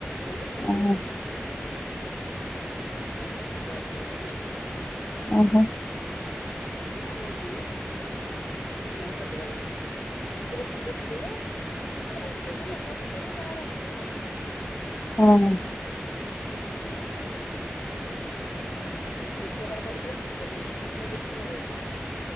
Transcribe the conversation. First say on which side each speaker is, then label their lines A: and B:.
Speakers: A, on the left (about 80°); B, on the left (about 50°).
A: ନେଇକି ଫୁଣି
B: ଓହୋ
A: ମୁଁ ବୁହାଇକି <unintelligible> ସବୁ ସଜବାଜ କରିକି ନେବି,
B: ଅ ହଁ।
A: ରାନୁ ଆମ ଘୁମେ ବି ସଜବାଜ କର ଘୁଙ୍ଗୁର ଫୁଙ୍ଗୁର ପିନ୍ଧିଲେ, ଡ୍ରେସ ଫ୍ରେସ୍ ମେକପ ଫେକପ ଯାହା ରଖିଥିବେ ସଜ ସବୁ
B: ହଁ।
A: ପିନ୍ଧି ପିନ୍ଧା ନେଇ ନାଇ ଗଲେ ମୋ ଝିଅ ତାର ପଳେଇଥିଲା ଛକକୁ। ମ ଦି ପରେ।